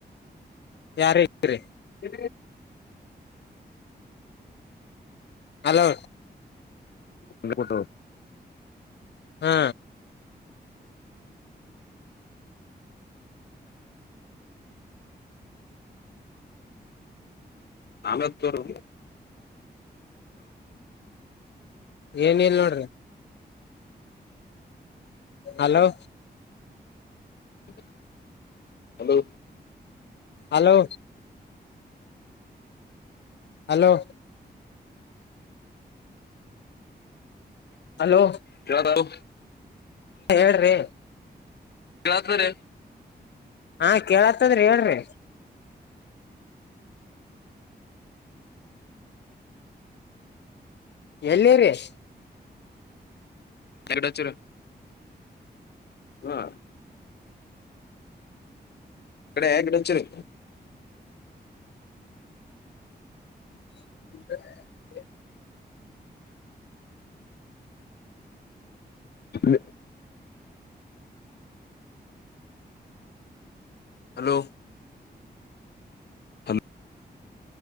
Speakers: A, on the left; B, on the left.
A: ಯಾರ ಹ್ರ
B: ಹ
A: ಹಲೋ
B: ಹ ಕೊಟ್ಟು
A: ಹ್ಮ
B: ಆಮೇ ತರು
A: ಏನಲ್ಲ ನೋ ಹಲೋ
B: ಹ ಹಲೋ
A: ಹಲೋ ಹಲೋ ಹಲೋ
B: ಕವ ತವು
A: ಹೇಳ್ರಿ
B: ಯತ್ ಬರ
A: ಹಾ ಕೇಳತ್ತಂದ್ರಿ ಹೇಳ್ರಿ ಎಲ್ಲಿ ರೇಶ್
B: ಎಡೆರ ಹ ಕಡೆ ಹಗಡಚ್ಚರು
A: ಹ
B: ಹ್ಮ ಹಲೋ ಹಲೋ